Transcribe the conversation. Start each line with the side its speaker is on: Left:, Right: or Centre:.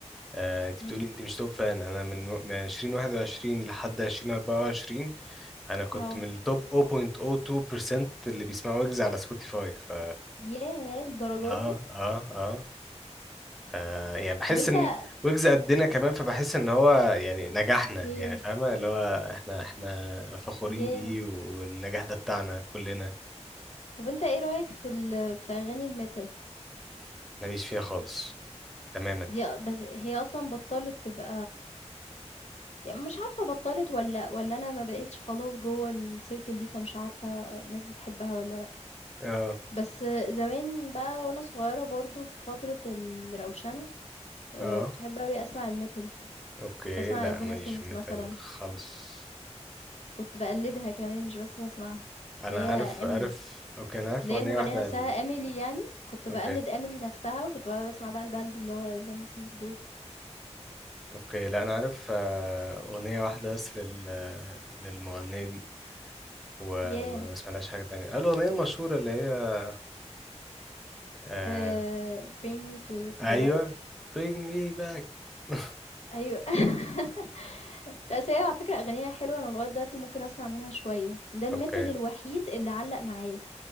Centre: آه، انت
Left: إمم.
Centre: بتقولي انت مش توب فان انا من من 2021 لحد 2024 انا كنت
Left: آه.
Centre: من التوب 0.02% اللي بيسمعوا ويجز على سبوتيفاي ف
Left: ياه! للدرجة
Centre: اه
Left: دي!
Centre: اه اه ف يعني بحس
Left: طب أنت
Centre: ان ويجز قدنا كمان فبحس ان هو يعني نجحنا
Left: أوكي،
Centre: يعني فاهمة اللي هو احنا احنا فخورين
Left: ياه!
Centre: بيه والنجاح ده بتاعنا كلنا
Left: طب أنت إيه رأيك في ال في أغاني الmetal؟
Centre: ماليش فيها خالص تماما
Left: دي أ بس هي أصلًا بطّلت تبقى ي مش عارفة بطّلت والّا والّا أنا ما بقيتش خلاص جوّه الcircle دي، فمش عارفة الناس بتحبها والّا لأ.
Centre: اه
Left: بس زمان بقى وأنا صغيّرة برضه في فترة الروشنة، آآ
Centre: اه
Left: كنت باحب أوي أسمع الmetal، كنت
Centre: اوكي
Left: باسمع
Centre: لا
Left: Evanescence
Centre: ماليش في ميتال
Left: مثلًا،
Centre: خالص
Left: كنت باقلّدها كمان مش بس باسمعها،
Centre: انا
Left: اللي هي
Centre: عارف
Left: Emily،
Centre: عارف اوكي انا عارف
Left: اللي
Centre: اغنية
Left: هي المغنية
Centre: واحدة
Left: نفسها
Centre: ال...
Left: Emily يعني، كنت
Centre: اوكي
Left: باقلّد Emily نفسها، وكنت بقى باسمع بقى الband اللي هو Evanescence دول.
Centre: اوكي لا انا عارف آه، اغنية واحدة بس لل... للمغنية دي وما
Left: ياه!
Centre: بسمعلهاش حاجة تانية آه، الاغنية المشهورة اللي هي آه،
Left: آآ Bring Me to to
Centre: ايوه
Left: the Life.
Centre: bring me back <laughs>
Left: أيوه. <laughs> لأ، بس هي على فكرة أغانيها حلوة، أنا لغاية دلوقتي ممكن أسمع منها شوية. ده الmetal
Centre: اوكي
Left: الوحيد اللي علّق معايا،